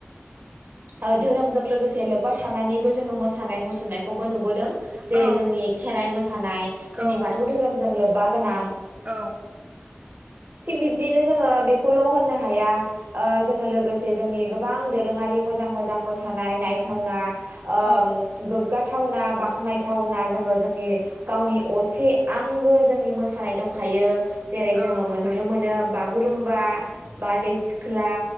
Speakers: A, on the right (about 55°); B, on the right (about 30°).
A: ओ धोरोमजों लोगोसे लोब्बा थानानैबो जोङो मोसानाय मुसुरनायखौबो नुबोदों जेरै
B: औ
A: जोंनि खेराइ मोसानाय
B: औ
A: जोंनि बाथौ धोरोमजों लोब्बा गोनां
B: औ
A: थिग बिब्दिनो जोङो बेखौ ल' होननो हाया ओ जोङो लोगोसे जोंनि गोबां दोरोङारि मोजां मोजां मोसानाय नायथावना ओ
B: औ
A: गोग गोग्गाथावना बाख्नायथावना जोङो जोंनि गावनि असे आंगो जोंनि मोसानाय दंखायो। जेरै जोङो
B: औ दंखायो
A: मोन नुनो मोनो बाग गुरुबा, बारदै सिख्ला